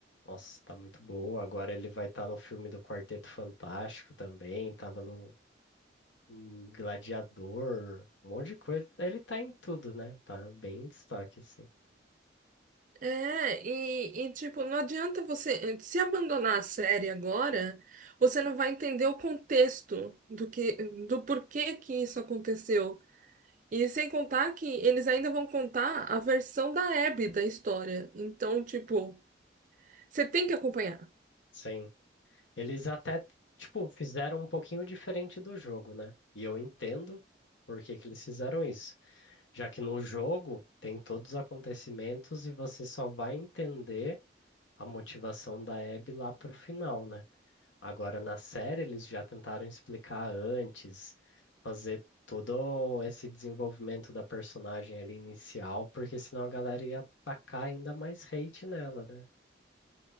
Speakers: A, on the left; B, on the right.
A: Nossa, tá muito boa. Agora ele vai estar no filme do Quarteto Fantástico também. Tava no em Gladiador, um monte de coisa. Ele tá em tudo, né? Tá bem em destaque, assim.
B: É, e, e, tipo, não adianta você se abandonar a série agora, você não vai entender o contexto do que, do porquê que isso aconteceu. E sem contar que eles ainda vão contar a versão da Abby da história. Então, tipo, você tem que acompanhar.
A: Sim. Eles até, tipo, fizeram um pouquinho diferente do jogo, né? E eu entendo por que que eles fizeram isso. Já que no jogo tem todos os acontecimentos e você só vai entender a motivação da Abby lá pro final, né? Agora na série eles já tentaram explicar antes, fazer todo esse desenvolvimento da personagem ali inicial, porque senão a galera ia atacar ainda mais hate nela, né?